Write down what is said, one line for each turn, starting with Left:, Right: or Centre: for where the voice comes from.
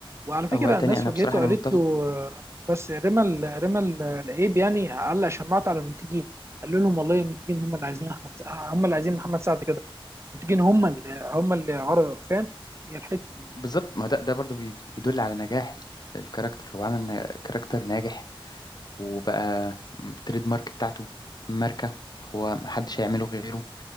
Right: وعلى فكره
Left: هو تاني
Right: الناس
Left: انا
Right: واجهته
Left: بصراحة انا
Right: قالت
Left: متفق
Right: له آه، بس رمى ال- رمى ال- العيب يعني علق شماعته على المنتجين قال لهم والله المنتجين هم اللي عايزين احمد سع- هم اللي عايزين محمد سعد كده المنتجين هم اللي هم اللي عرضوا فاهم هي الحته دي
Left: بالظبط ما ده ده برضو بي- بيدل على نجاح ال- الكاركتر هو عمل ن- كاركتر ناجح وبقى م- تريد مارك بتاعته ماركة هو محدش هيعمله غيره